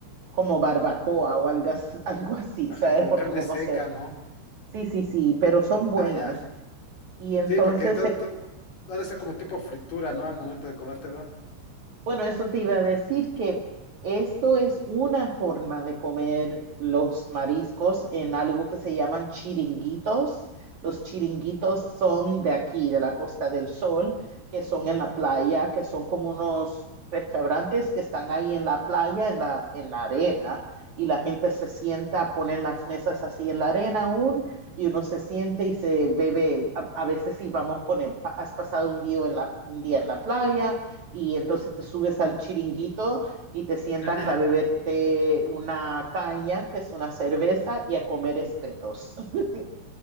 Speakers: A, on the right (about 50°); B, on the left (about 50°).
A: como barbacoa o algo, as- <laughs> algo así,
B: ajá,
A: ¿sabes?
B: como
A: Porque
B: carne
A: como
B: seca,
A: se,
B: ¿no?
A: sí, sí, sí, pero son buenas.
B: Ah, ya.
A: Y entonces
B: Sí, porque todo,
A: se
B: todo ha de ser como tipo fritura, ¿no? Al momento de comértelo.
A: Bueno, eso te iba a decir que esto es una forma de comer los mariscos en algo que se llaman chiringuitos. Los chiringuitos son de aquí, de la Costa del Sol, que son en la playa, que son como unos restaurantes que están ahí en la playa, en la, en la arena, y la gente se sienta, ponen las mesas así en la arena aún, y uno se siente y se bebe. A, a veces si vamos a poner, pa- has pasado un día en la, un día en la playa y entonces te subes al chiringuito y te sientas
B: <laughs>
A: a beberte una caña, que es una cerveza, y a comer espetos. <laughs>